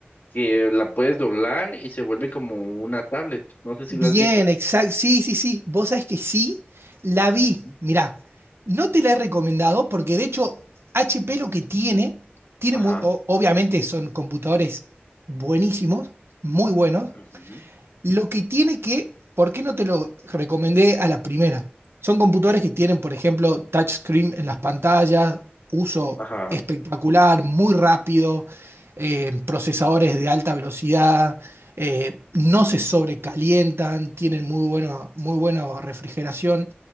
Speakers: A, on the left (about 55°); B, on the right (about 85°).
A: que la puedes doblar y se vuelve como una tablet. No sé si
B: Bien,
A: la has visto.
B: exacto. Sí, sí, sí. Vos sabés que sí, la vi.
A: Ujú.
B: Mirá, no te la he recomendado porque de hecho HP lo que tiene, tiene
A: Ajá.
B: muy- o- obviamente son computadores buenísimos, muy buenos,
A: ujú,
B: Lo que tiene que, ¿por qué no te lo recomendé a la primera? Son computadores que tienen, por ejemplo, touchscreen en las pantallas, uso
A: Ajá.
B: espectacular, muy rápido, eh, procesadores de alta velocidad, eh, no se sobrecalientan, tienen muy buena, muy buena refrigeración,